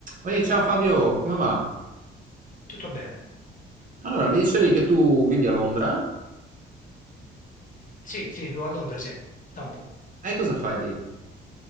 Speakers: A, on the right (about 40°); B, on the left (about 40°).
A: Oi, ciao Fabio, come va?
B: Tutto bene.
A: Allora, mi dicevi che tu vivi a Londra
B: Sì, sì, vivo a Londra, sì, da un po'.
A: e cosa fai lì?